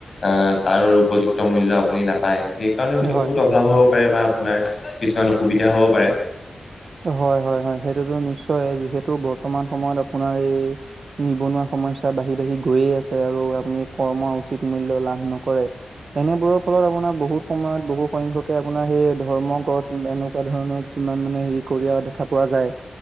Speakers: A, on the left (about 60°); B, on the right (about 65°).
A: অ' তাৰ উপযুক্ত মূল আপুনি পায় সেইকাৰণে হয়তো
B: হয়
A: বহুত অভাৱ হ'ব পাৰে বা আপোনাৰ কিছুমান অসুবিধা হ'ব পাৰে।
B: হয়, হয়, হয়, সেইটোতো নিশ্চয় যিহেতু বৰ্তমান সময়ত আপোনাৰ এই নিবনুৱা সমস্য বাঢ়ি বাঢ়ি গৈয়ে আছে আৰু আপুনি কৰ্ম উচিত মূল্যয় লাভ নকৰে। এনেবোৰৰ ফলত আপোনাৰ বহুত সময়ত বহু সংখ্যকে আপোনাৰ সেই ধৰ্ম গত এনে এনেকুৱা ধৰণৰ কিছুমান মানে হেৰি কৰি দেখা পোৱা যায়